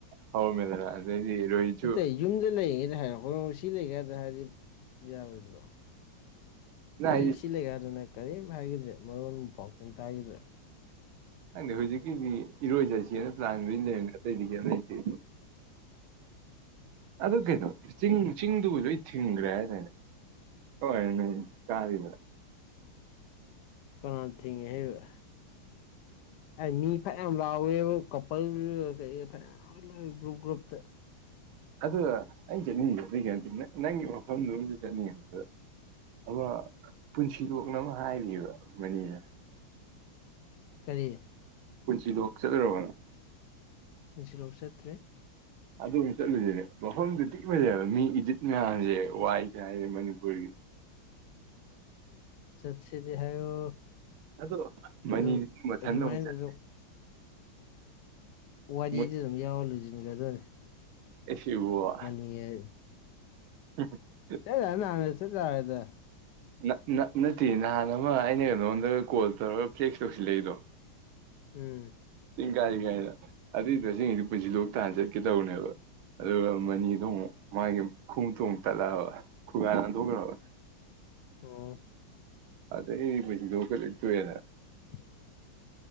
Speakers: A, on the right; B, on the left.
A: ꯍꯧꯔꯝꯃꯦꯗꯅ ꯑꯗꯩꯗꯤ ꯔꯣꯍꯤꯠꯁꯨ
B: ꯅꯇꯦ ꯌꯨꯝꯗ ꯂꯩꯔꯤꯉꯩꯗ ꯍꯥꯏꯔꯛꯄ ꯁꯤ ꯂꯩ ꯀꯥꯗ ꯍꯥꯏꯗꯤ ꯌꯥꯔꯣꯏꯗ꯭ꯔꯣ
A: ꯅ
B: ꯍꯧꯖꯤꯛꯁꯤ
A: ꯑꯩꯗꯤ
B: ꯂꯩꯀꯥꯗꯅ ꯀꯔꯤꯝ ꯍꯥꯏꯈꯤꯗ꯭ꯔꯦ ꯃꯔꯣꯟ ꯄꯥꯎ ꯀꯔꯤꯝ ꯇꯥꯈꯤꯗ꯭ꯔꯦ
A: ꯈꯪꯗ ꯍꯧꯖꯤꯛꯀꯤꯗꯤ ꯏꯔꯣꯏꯆꯠꯁꯦꯅ ꯄ꯭ꯂꯥꯟ ꯂꯣꯏ ꯂꯩꯅ ꯑꯇꯩꯗꯤ ꯀꯦꯝ ꯂꯩꯇꯦ ꯑꯗꯨ ꯀꯩꯅꯣ ꯆꯤꯡ ꯆꯤꯡꯗꯨꯕꯨ ꯂꯣꯏ ꯊꯤꯡꯈ꯭ꯔꯦ ꯍꯥꯏꯗꯥꯏꯅꯦ ꯍꯣꯏ <unintelligible>
B: ꯀꯅꯥ ꯊꯤꯡꯉꯦ ꯍꯥꯏꯕ ꯃꯤ ꯐ ꯌꯥꯝ ꯂꯥꯎꯋꯦꯕ ꯄꯩ ꯐꯅꯥꯝ ꯒ꯭ꯔꯨꯨꯞ ꯒ꯭ꯔꯨꯞ ꯇ
A: ꯑꯗꯨꯅ ꯑꯩ ꯆꯠꯅꯤꯡꯉꯦ ꯑꯗꯨꯏ ꯅꯇꯦ ꯅꯪꯒꯤ ꯃꯐꯝꯗꯨꯁꯨ ꯆꯠꯅꯤꯡꯉꯦꯗꯨꯗ ꯑꯃ ꯄꯨꯟꯁꯤꯂꯣꯛꯅ ꯑꯃ ꯍꯥꯏꯔꯤꯕ ꯃꯅꯤꯅ
B: ꯀꯔꯤ
A: ꯄꯨꯟꯁꯤꯂꯣꯛ ꯆꯠꯂꯨꯔꯕ ꯅꯪ
B: ꯄꯨꯟꯁꯤꯂꯣꯛ ꯆꯠꯇ꯭ꯔꯤ
A: ꯑꯗꯨꯝ ꯆꯠꯂꯨꯁꯤꯅꯦ ꯃꯐꯝꯗꯨ ꯊꯤꯟ ꯐꯖꯩꯕ ꯃꯤ ꯏꯗꯤꯠ ꯃꯌꯥꯝꯁꯦ ꯋꯥꯏ ꯆꯥꯏꯔꯦ ꯃꯅꯤꯄꯨꯔꯒꯤ <inaudible>
B: ꯆꯠꯁꯦꯗꯤ ꯍꯥꯏꯌꯣ
A: ꯑꯗꯣ ꯃꯅꯤꯗꯨꯗꯤ
B: ꯑꯗꯨ
A: ꯃꯊꯟꯗ
B: ꯑꯗꯨꯃꯥꯏꯅ
A: ꯑꯃꯨꯛ ꯆꯠ
B: ꯑꯗꯨꯝ ꯋꯥꯔꯤꯗꯤ
A: ꯃꯣꯏ
B: ꯑꯗꯨꯝ ꯌꯥꯎꯔ ꯂꯨꯁꯤꯟꯒ꯭ꯔꯗꯣꯏꯅꯤ
A: <unintelligible>
B: ꯌꯦꯁ
A: <inaudible>
B: ꯆꯠ ꯌꯥꯔ ꯅꯍꯥꯟꯅ ꯆꯠ ꯌꯥꯔꯦꯗ
A: ꯅ ꯅ ꯅꯠꯇꯤꯌꯦ ꯅꯍꯥꯟ ꯑꯃ ꯑꯩꯅ ꯀꯩꯅꯉꯣꯟꯗ ꯀꯣꯜ ꯇꯧꯔꯒ ꯐ꯭ꯂꯦꯛꯁ ꯇꯧꯁꯤꯜꯂꯛꯏꯗꯣ
B: ꯎꯝ
A: ꯆꯤꯡ ꯀꯥꯏ ꯀꯥꯏꯗ ꯑꯗꯨꯏ ꯇꯁꯤꯡꯁꯤꯗꯤ ꯄꯨꯟꯁꯤ ꯂꯣꯛꯇ ꯆꯠꯀꯦ ꯇꯧꯅꯦꯕ ꯑꯗꯨꯒ ꯃꯅꯤꯗꯣ ꯃꯨꯛ ꯃꯥꯒꯤ ꯈꯨꯃꯨꯛꯇꯣ ꯑꯃꯨꯛ ꯇꯠꯂꯛꯑꯕ ꯈꯨꯒꯥ ꯍꯟꯊꯣꯛꯈ꯭ꯔꯕ
B: ꯑꯣ
A: ꯑꯗꯩ ꯄꯨꯟꯁꯤꯂꯣꯛ ꯀꯖꯦ ꯇꯣꯛꯑꯦꯗꯅ
B: ꯎ <inaudible>